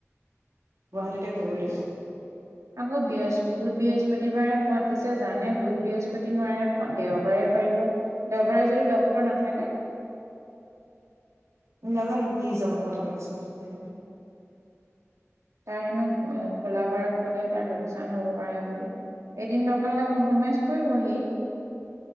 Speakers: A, on the right; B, on the right.
A: গুৱাহাটীতে কৰিব লাগিব।
B: আকৌ বৃহস্প বুধ বৃহস্পতিবাৰে মাতিছে জানে বুধ বৃহস্পতি নোৱাৰে দেওবাৰে পাৰিব দেওবাৰে যদি ডক্তৰ নাথাকে
A: <inaudible> নাজানো কি হিচাপত কথা পাতিছে তেতিয়াহলে
B: খনো খোলা বাৰত গ'লে তাৰ লোকচান হব পাৰে বুলি এদিন দৰকাৰ হ'লে কম্প্ৰমাইজ কৰিব হি